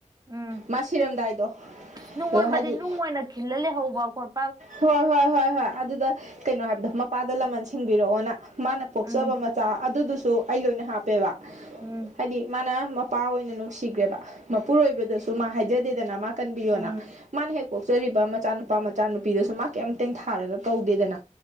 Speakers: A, on the right; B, on the right.
A: ꯎꯝ
B: ꯃꯥ ꯁꯤꯔꯝꯗꯥꯏꯗꯣ
A: ꯅꯨꯡ ꯑꯣꯟꯕꯗꯤ
B: ꯍꯥꯏꯗꯤ
A: ꯅꯨꯡ ꯑꯣꯏꯅ ꯈꯤꯜꯂ ꯂꯩꯍꯧꯕ ꯈꯣꯠ
B: ꯍꯣꯏ ꯍꯣꯏ ꯍꯣꯏ ꯍꯣꯏ ꯑꯗꯨꯗ ꯀꯩꯅꯣ ꯍꯥꯏꯕꯗꯣ ꯃꯄꯥꯗ ꯂꯃꯟ ꯁꯤꯡꯕꯤꯔꯛꯑꯣꯅ ꯃꯥꯅ ꯄꯣꯛꯆꯕ
A: ꯎꯝ
B: ꯃꯆꯥ ꯑꯗꯨꯗꯨꯁꯨ ꯑꯗꯨ ꯑꯩꯒꯤ ꯑꯣꯏꯅ ꯍꯥꯞꯄꯦꯕ
A: ꯎꯝ
B: ꯍꯥꯏꯗꯤ ꯃꯥꯅ ꯃ ꯃꯄꯥ ꯑꯣꯏꯅ ꯅꯨꯡꯁꯤꯈ꯭ꯔꯦꯕ ꯃꯄꯨꯔꯣꯏꯕꯗꯁꯨ ꯃꯥ ꯍꯥꯏꯖꯗꯦꯗꯅ ꯃꯥ ꯀꯟꯕꯤꯌꯣꯅ
A: ꯎꯝ
B: ꯃꯥꯅꯦ ꯍꯦꯛ ꯄꯣꯛꯆꯔꯤꯕ ꯃꯆꯥꯅꯨꯄꯥ ꯃꯆꯥꯅꯨꯞ ꯅꯨꯄꯤꯗꯁꯨ ꯃꯥ ꯀꯩꯝ ꯇꯦꯡꯊꯥꯔꯒ ꯀꯧꯗꯦꯗꯅ